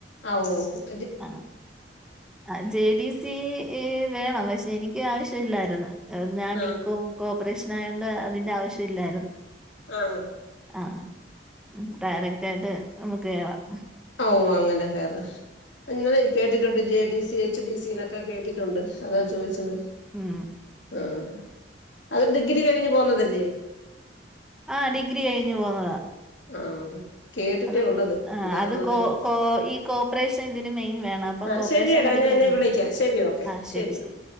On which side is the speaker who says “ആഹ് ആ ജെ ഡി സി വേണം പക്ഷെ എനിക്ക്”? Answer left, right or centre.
Centre